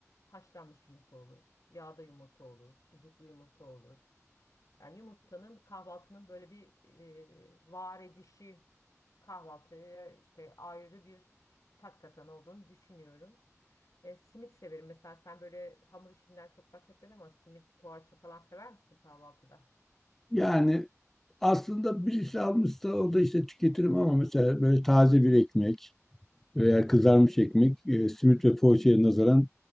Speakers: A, on the left; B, in the centre.
A: Haşlanmış yumurta olur, yağda yumurta olur, sucuklu yumurta olur. Yani yumurtanın kahvaltının böyle bir e, var edişi kahvaltıya işte ayrı bir tat katan olduğunu düşünüyorum. E, simit severim. Mesela sen böyle hamur işinden çok bahsetmedin ama simit, poğaça falan sever misin kahvaltıda?
B: Yani aslında birisi almışsa o da işte tüketirim ama mesela böyle taze bir ekmek veya kızarmış ekmek e, simit ve poğaçaya nazaran